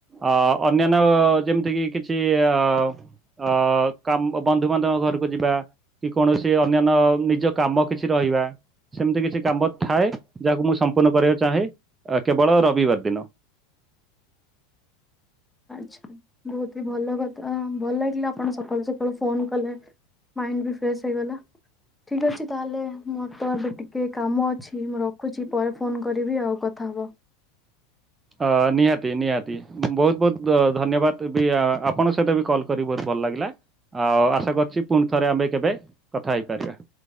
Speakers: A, on the right; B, in the centre.
A: ଆ ଅନ୍ୟାନ୍ୟ ଯେମିତିକି କିଛି ତି ଅ ଆ କାମ ବନ୍ଧୁବାନ୍ଧବ ଘରକୁ ଯିବା କି କୌଣସି ଅନ୍ୟାନ୍ୟ ନିଜ କାମ କିଛି ରହିବା ସେମିତି କିଛି କାମ ଥାଏ ଯାହାକୁ ମୁଁ ସ ମ୍ପୁର୍ଣ୍ଣ କରିବା ଚାହେଁ କେବଳ ରବିବାର ଦିନ।
B: ଆଚ୍ଛା ବହୁତ ଭଲ କଥା ଭଲ ଲାଗିଲା ଆପଣ ସକାଳୁ ସକାଳୁ ଫୋନ କଲେ। ମାଇଣ୍ଡ ବି ଫ୍ରେଶ ହେଇଗଲା। ଠିକ୍ ଅଛି ତାହେଲେ ମୋର ତ ଏବେ ଟିକେ କାମ ଅଛି ମୁଁ ରଖୁଛି ପରେ ଫୋନ୍ କରିବି ଆଉ କଥା ହବା।
A: ଅ ନିହାତି ନିହାତି ବୋହୁତ ବୋହୁତ ଅ ଧନ୍ୟବାଦ ଦେବି ଆପଣଙ୍କ ସହିତ ବି କଲ୍ କରି ବହୁତ ଭଲ ଲାଗିଲା। ଆଉ ଆଶା କରୁଛି ପୁଣି ଥରେ ଆମେ କେବେ କଥା ହେଇପାରିବା।